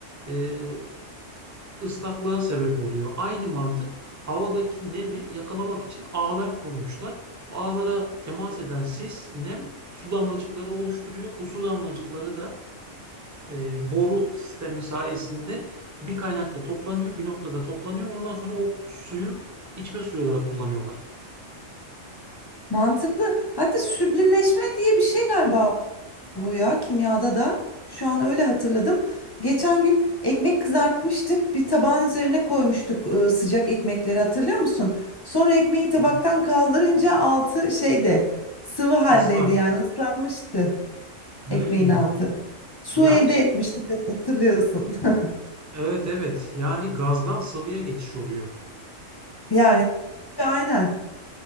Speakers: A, on the right; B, on the left.
A: e, ıslaklığa sebep oluyor. Aynı mantık havadaki nemi yakalamak için ağlar kurmuşlar. Ağlara temas eden sis, nem su damlacıkları oluşturuyor. Bu su damlacıkları da e, boru sistemi sayesinde bir kaynakta toplanıyor, bir noktada toplanıyor. Ondan sonra o suyu içme suyu olarak kullanıyorlar.
B: Mantıklı. Hatta süblimleşme diye bir şey galiba bu ya kimyada da. Şu an öyle hatırladım. Geçen gün ekmek kızartmıştık. Bir tabağın üzerine koymuştuk e, sıcak ekmekleri hatırlıyor musun? Sonra ekmeği tabaktan
A: Evet.
B: kaldırınca altı şeyde sıvı haldeydi
A: Islak.
B: yani ıslanmıştı.
A: Hmm.
B: Ekmeğin altı. Su
A: Yani
B: elde etmiştik hat- hatırlıyorsun. <laughs>
A: evet evet yani gazdan sıvıya geçiş oluyor.
B: Yani aynen